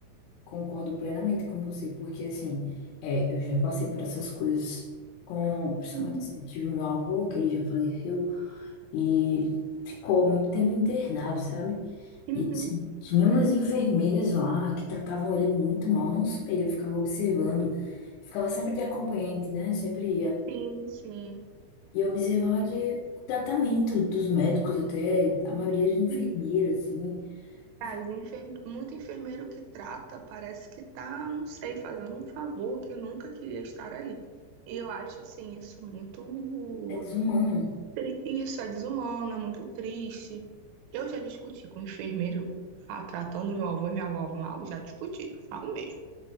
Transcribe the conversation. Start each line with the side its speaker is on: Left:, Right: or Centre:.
Left: Concordo plenamente com você, porque assim, é, eu já passei por essas coisas com, principalmente
Right: Uhum.
Left: assim, eu tive meu avô, que ele já faleceu, e ele ficou muito tempo internado, sabe?
Right: Uhum.
Left: E assim, tinha umas enfermeiras lá que tratavam ele muito mal, não só ele, eu ficava observando, ficava sempre de acompanhante, né? Sempre ia.
Right: Sim, sim.
Left: E eu observava que o tratamento dos médicos, até a maioria era enfermeira,
Right: Sim.
Left: assim,
Right: As
Left: eu falei,
Right: enfer... Muito enfermeiro que trata parece que tá, não sei, fazendo um favor que nunca queria estar ali. E eu acho, assim, isso muito
Left: é desumano.
Right: tri- Isso é desumano, é muito triste. Eu já discuti com o enfermeiro fa- tratando meu avô e minha avó mal, já discuti, falo mesmo.